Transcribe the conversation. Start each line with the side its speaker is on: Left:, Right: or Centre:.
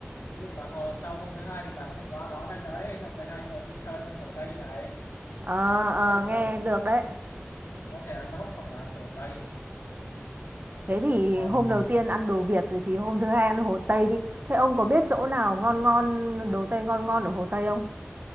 Left: ví dụ là hồ, sau hôm thứ hai thì bà có thể qua đó đánh đấy xong rồi hai người đi chơi quanh Hồ Tây này
Right: Ờ, ờ,
Left: đấy
Right: nghe
Left: còn
Right: được đấy
Left: có thể ăn ốc hoặc là ăn đồ Tây
Right: Thế thì
Left: còn
Right: hôm đầu tiên ăn đồ Việt rồi thì hôm thứ hai ăn Hồ Tây đi. Thế ông có biết chỗ nào ngon ngon đồ Tây ngon ngon ở Hồ Tây không?